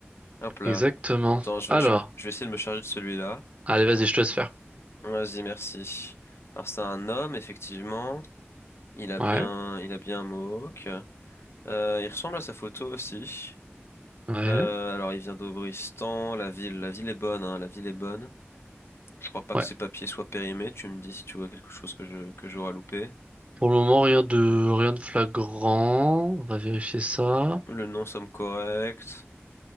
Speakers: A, on the left; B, on the right.
A: Hop là.
B: Exactement.
A: Attends, je
B: Alors,
A: vais, je, me- je vais essayer de me charger de celui-là.
B: allez, vas-y, je te laisse faire.
A: Vas-y, merci. Alors, c'est un homme, effectivement. Il a
B: Ouais,
A: bien, il a bien un mohawk. Euh, il ressemble à sa photo aussi.
B: ouais,
A: Euh, alors, il vient d'Aubristan. La ville, la ville est bonne, hein, la ville est bonne. Je crois pas
B: ouais.
A: que ses papiers soient périmés. Tu me dis si tu vois quelque chose que je, que j'aurais loupé.
B: Pour le moment, rien de rien de flagrant. On va vérifier ça.
A: Le nom somme correct.